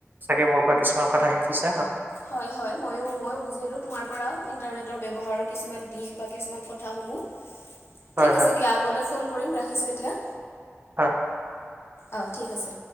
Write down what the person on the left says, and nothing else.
হয় হয় মইও বুজিলোঁ তোমাৰ পৰা ইণ্টাৰনেটৰ ব্যৱহাৰ কিছুমান দিশ। কিছুমান কথা সমূহ।
ঠিক
আছে দিয়া আগলৈ ফোন কৰিম ৰাখিছো এতিয়া।
অঁ ঠিক আছে।